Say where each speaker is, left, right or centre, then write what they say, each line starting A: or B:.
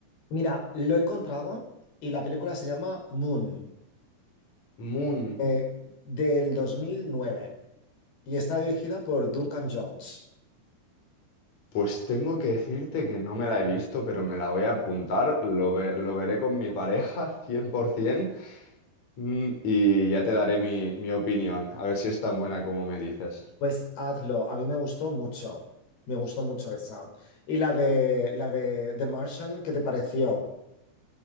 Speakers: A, on the left (about 85°); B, on the left (about 50°).
A: Mira, lo he encontrado y la película se llama Moon,
B: Moon,
A: eh, del 2009 y está dirigida por Duncan Jones.
B: pues tengo que decirte que no me la he visto, pero me la voy a apuntar, lo, ve- lo veré con mi pareja <laughs> 100%. Mm, Y ya te daré mi, mi opinión, a ver si es tan buena como me dices.
A: Pues hazlo, a mí me gustó mucho, me gustó mucho esa. Y la de la de The Martian, ¿qué te pareció?